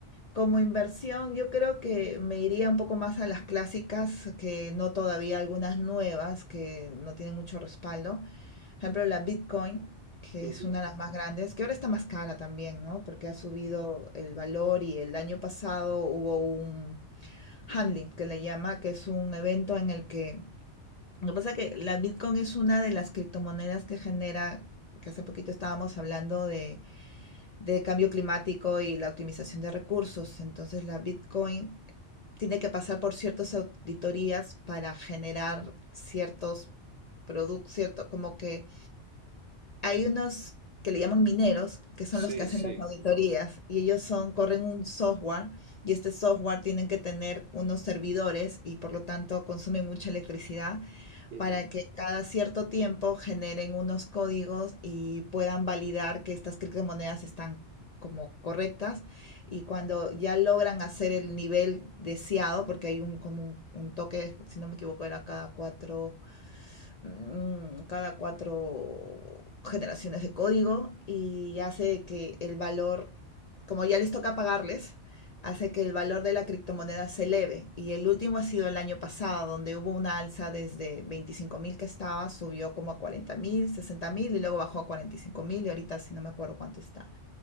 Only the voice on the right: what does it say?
ujú.
Sí,
sí.
Ujú.